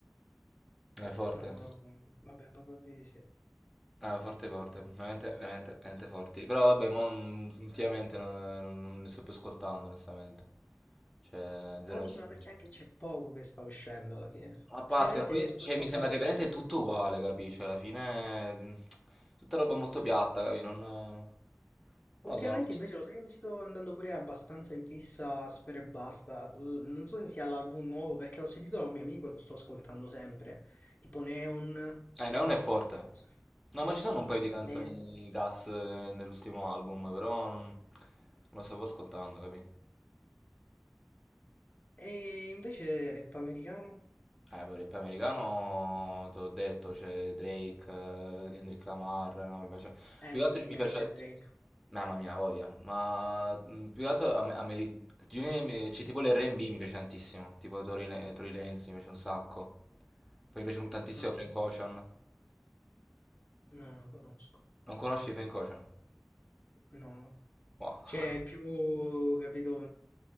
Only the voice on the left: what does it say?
No, no, no, vabbè, proprio di sì.
Ah sì,
ma perché anche c'è poco che sta uscendo alla fine.
Ultimamente
sto
ascoltando
Ultimamente
invece lo sai che mi sto andando pure abbastanza in fissa a Sfera e Basta. L- non so se sia l'album nuovo perché l'ho sentito da un mio amico e lo sto ascoltando sempre. Tipo Neon. Non
so.
Neon.
E invece rap americano?
È
un
hitmaker
Drake.
Ah,
no, non lo conosco.
No.
Cioè,
è più, capito,